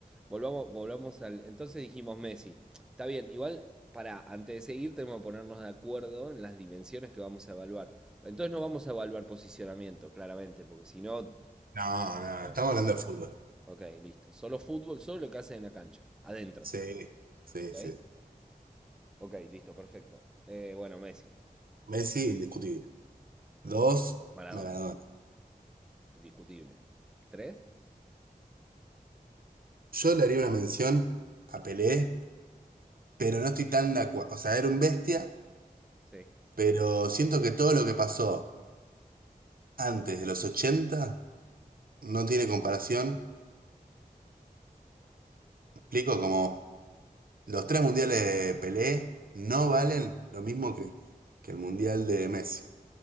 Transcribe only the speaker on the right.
No, no,
estamos hablando de fútbol.
Sí, sí,
sí.
Messi, indiscutible. Dos,
Maradona.
Yo le haría una mención a Pelé, pero no estoy tan de acuerdo. O sea, era un bestia,
pero siento que todo lo que pasó antes de los 80 no tiene comparación. Me explico como los tres mundiales de Pelé no valen lo mismo que, que el mundial de Messi.